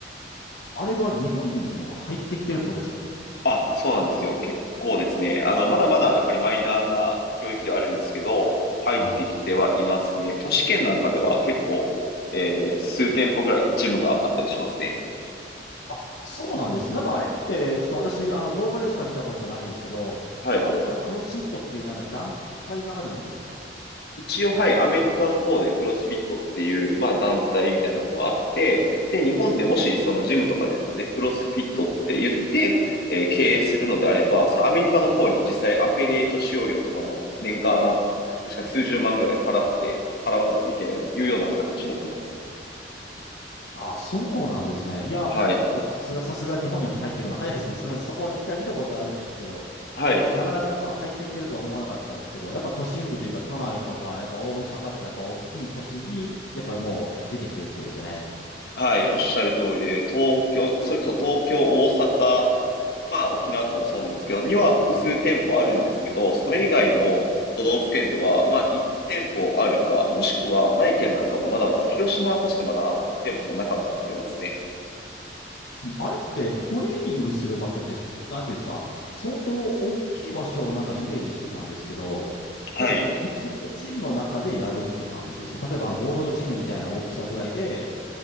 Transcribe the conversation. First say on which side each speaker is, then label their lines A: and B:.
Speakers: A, on the left; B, on the left.
A: あれが日本にも入ってきてるってことですか
B: あ、そうなんですよ。結構ですね、あの、まだまだやっぱりマイナーな領域ではあるんですけど、入ってきてはいますね。
A: はい
B: 都市圏なんかでは結構、えー数店舗ぐらいジムがあったりしますね。
A: あ、そうなんですねなんかあれって、ちょっと私、あの動画でしか見たことないんですけど、
B: はい。
A: なんかあれやっぱりクロスフィットっていうなんか団体があるんですか
B: 一応、はい、アメリカの方でクロスフィットっていう、まあ、団体みたいなのがあって、で、日本でもし、そのジムとかでですね、クロスフィットって言って、えー経営するのであれば、そのアメリカの方に実際アフィリエイト使用料とかも年間、確か数十万ぐらい払って、払わないといけないというような形になってます。
A: あ、そうなんですね。いや、
B: はい。
A: やっぱさすが、さすが日本に入ってくるの早いですね。ちょっと待って、そこ一回見たことあるんですけど、
B: はい。
A: なかなかなんか入ってきてるとは思わなかったんですけど、やっぱ都心部というか都内とか、やっぱ大阪とか、やっぱ大きい都市に、やっぱりもう出てきてるってことですよね。
B: はい。おっしゃる通りで、東京、それこそ東京、大阪、まあ、沖縄とかもそうなんですけど、には複数店舗あるんですけど、それ以外の都道府県では、まあ、1店舗あるか、もしくはない県なんかもまだまだ、広島は確かまだ1店舗もなかったと思いますね。
A: あれってトレーニングする場所って、なんていうんですか、相当大きい場所をなんかイメージしてたんですけど、
B: はい。
A: やっぱ普通のジムの中でやるって感じです。例えばあのゴールドジムみたいな大きさぐらいで、